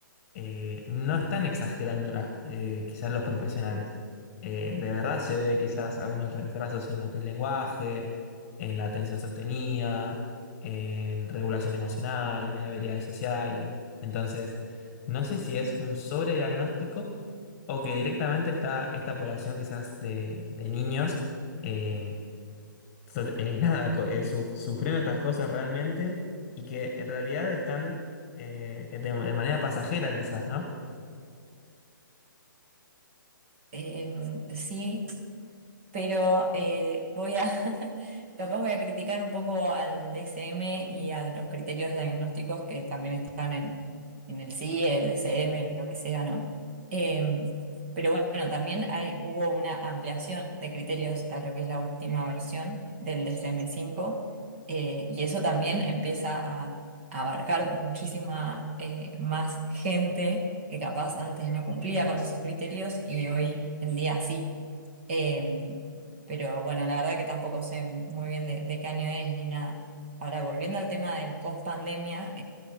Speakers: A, on the left (about 25°); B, on the right (about 35°).
A: eh, no están exagerando las, eh, quizás los profesionales. Eh, de verdad se ve quizás algunos retrasos en lo que es lenguaje, en la atención sostenida, en regulación emocional, en habilidades sociales. Entonces, no sé si es un sobrediagnóstico o que directamente está esta población quizás de, de niños, eh, so- eh, <laughs> nada, co- eh, suf- sufriendo estas cosas realmente y que en realidad están eh, de de manera pasajera quizás, ¿no?
B: Eh, sí, Pero eh, voy a, <laughs> capaz voy a criticar un poco al DSM y a los criterios diagnósticos que también están en, en el CIE, el DSM, lo que sea, ¿no? Eh, pero bueno, también hay, hubo una ampliación de criterios a lo que es la última versión del dsm cinco eh, y eso también empieza a, a abarcar muchísima eh, más gente que capaz antes no cumplía con esos criterios y hoy en día sí. Em, pero bueno, la verdad que tampoco sé muy bien de, de qué año es ni nada. Ahora, volviendo al tema del post pandemia,